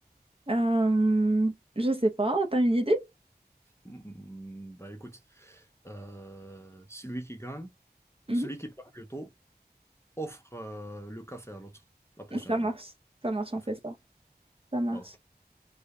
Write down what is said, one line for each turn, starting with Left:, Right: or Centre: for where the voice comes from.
Right: Euh, je sais pas, t'as une idée?
Left: Hmm, bah écoute, euh, celui qui gagne...
Right: Mhm.
Left: Celui qui parle plus tôt offre euh, le café à l'autre, la prochaine
Right: Ça
Left: rencontre,
Right: marche, ça marche, on
Left: en fait.
Right: fait ça. Ça marche.
Left: Ah, ok.